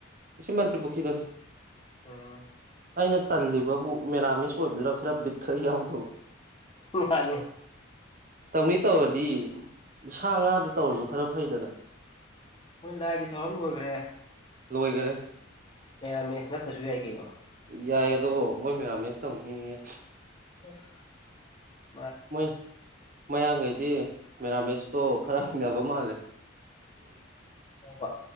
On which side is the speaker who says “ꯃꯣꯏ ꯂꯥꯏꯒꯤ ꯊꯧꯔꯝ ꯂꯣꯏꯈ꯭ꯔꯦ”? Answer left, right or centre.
Left